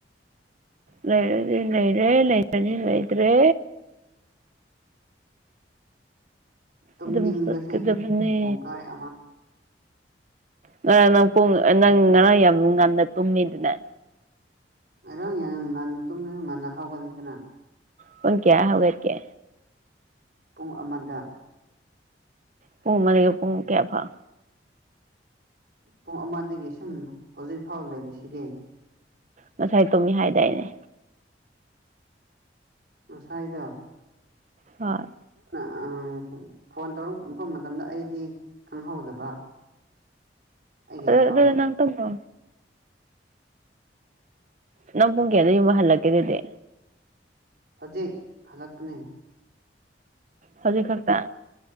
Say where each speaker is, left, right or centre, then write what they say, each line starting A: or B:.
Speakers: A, on the right; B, on the right.
A: ꯂꯩꯔꯗꯤ ꯂꯩꯔꯦ ꯂꯩꯇ꯭ꯔꯗꯤ ꯂꯩꯇ꯭ꯔꯦ
B: ꯇꯨꯝꯅꯤꯡꯕꯁꯦ
A: ꯑꯗꯨꯝ ꯆꯠꯀꯗꯕꯅꯦ
B: ꯀꯣꯡꯀꯥꯏ ꯑꯃ
A: ꯉꯔꯥꯡ ꯅꯪ ꯄꯨꯡ ꯅꯪ ꯉꯔꯥꯡ ꯌꯥꯝ ꯉꯟꯅ ꯇꯨꯝꯃꯤꯗꯨꯅꯦ
B: ꯑꯗꯨꯝ ꯌꯥꯝ ꯉꯟꯅ ꯇꯨꯝꯂꯗꯤ ꯉꯟꯅ ꯍꯧꯒꯠꯂꯤꯗꯅ
A: ꯄꯨꯡ ꯀꯌꯥ ꯍꯧꯒꯠꯀꯦ
B: ꯄꯨꯡ ꯑꯃꯗ
A: ꯄꯨꯡ ꯑꯃꯗꯒꯤ ꯄꯨꯡ ꯀꯌꯥ ꯐꯥꯎ
B: ꯄꯨꯡ ꯑꯃꯗꯒꯤ ꯁꯨꯝ ꯍꯧꯖꯤꯛ ꯐꯥꯎ ꯂꯩꯔꯤꯁꯤꯗꯤ
A: ꯉꯁꯥꯏ ꯇꯨꯝꯃꯤ ꯍꯥꯏꯗꯥꯏꯅꯦ
B: ꯉꯁꯥꯏꯗꯣ
A: ꯍꯣꯏ
B: ꯑꯥ ꯐꯣꯟ ꯇꯧꯔꯛꯄ ꯃꯇꯝꯗ ꯑꯩꯗꯤ ꯈꯪꯍꯧꯗꯕ ꯑꯩꯒꯤ
A: ꯑꯥ
B: ꯈꯥꯎꯗ
A: ꯑꯗꯨꯗ ꯅꯪ ꯇꯨꯝꯈꯣ ꯅꯪ ꯄꯨꯡ ꯀꯌꯥꯗ ꯌꯨꯝ ꯍꯜꯂꯛꯀꯦꯗꯨꯗꯤ
B: ꯍꯧꯖꯤꯛ ꯍꯂꯛꯀꯅꯤ
A: ꯍꯧꯖꯤꯛ ꯈꯛꯇ